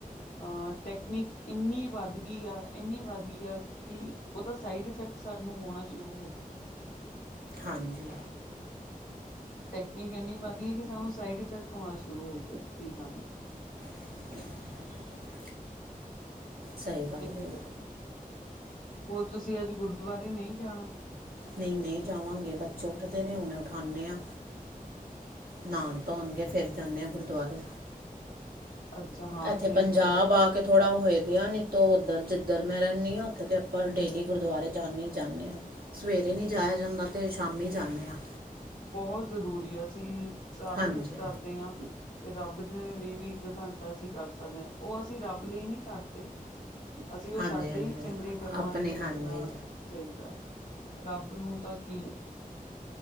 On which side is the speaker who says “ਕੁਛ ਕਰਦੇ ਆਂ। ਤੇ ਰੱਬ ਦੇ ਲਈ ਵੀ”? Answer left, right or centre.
Left